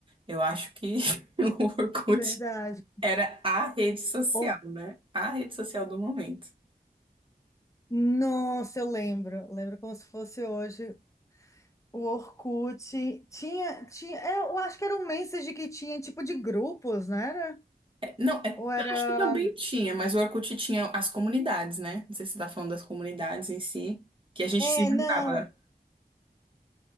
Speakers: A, on the right; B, on the left.
A: Eu acho que <laughs> o Orkut
B: Verdade.
A: era a rede social,
B: Or-
A: né? A rede social do momento.
B: Nossa, eu lembro. Lembro como se fosse hoje. O Orkut tinha, tinha, é, eu acho que era um message que tinha tipo de grupos, não era?
A: É, não, é,
B: Ou era?
A: eu acho que também tinha, mas o Orkut tinha as comunidades, né? Não sei se você tá falando das comunidades em si, que a gente
B: É,
A: se juntava.
B: não.